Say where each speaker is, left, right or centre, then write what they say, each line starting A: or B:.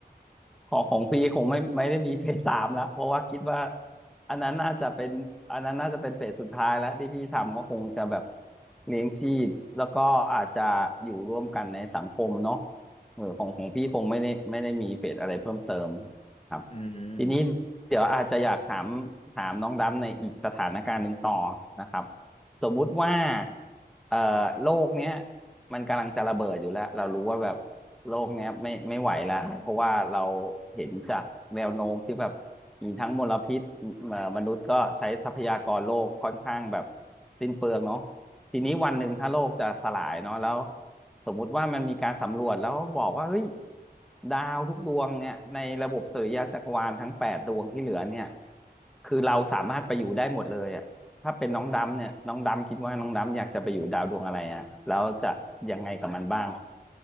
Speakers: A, in the centre; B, on the left (about 35°).
A: ของของพี่คงไม่ไม่ได้มีเฟสสามแล้วเพราะว่าคิดว่าอันนั้นน่าจะเป็นอันนั้นน่าจะเป็นเฟสสุดท้ายแล้วที่พี่ทำก็คงจะแบบเลี้ยงชีพแล้วก็อาจจะอยู่ร่วมกันในสังคมเนาะเออของของพี่คงไม่ได้ไม่ได้มีเฟสอะไรเพิ่มเติมครับ
B: อืม
A: ทีนี้เดี๋ยวอาจจะอยากถามถามน้องดำในอีกสถานการณ์หนึ่งต่อนะครับ สมมุติว่าเอ่อโลกเนี้ยมันกำลังจะระเบิดอยู่แล้วเรารู้ว่าแบบโลกเนี้ยไม่ไม่ไหวละเพราะว่าเราเห็นจากแนวโน้มที่แบบมีทั้งมลพิษเอ่อมนุษย์ก็ใช้ทรัพยากรโลกค่อนข้างแบบสิ้นเปลืองเนาะทีนี้วันหนึ่งถ้าโลกจะสลายเนาะแล้วสมมุติว่ามันมีการสำรวจแล้วบอกว่าเฮ้ยดาวทุกดวงเนี่ยในระบบสุริยะจักรวาลทั้งแปดดวงที่เหลือเนี่ยคือเราสามารถไปอยู่ได้หมดเลยอ่ะ ถ้าเป็นน้องดำเนี่ยน้องดำคิดว่าน้องดำอยากจะไปอยู่ดาวดวงอะไรฮะแล้วจะยังไงกับมันบ้าง